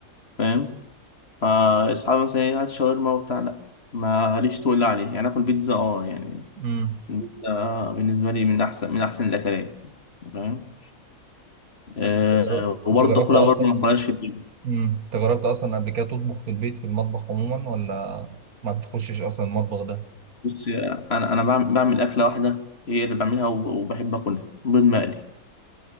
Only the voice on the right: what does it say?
امم
انت
جربت
اصلا
مم. انت جربت اصلا قبل كده تطبخ في البيت في المطبخ عموما ولا ما بتخشش اصلا المطبخ ده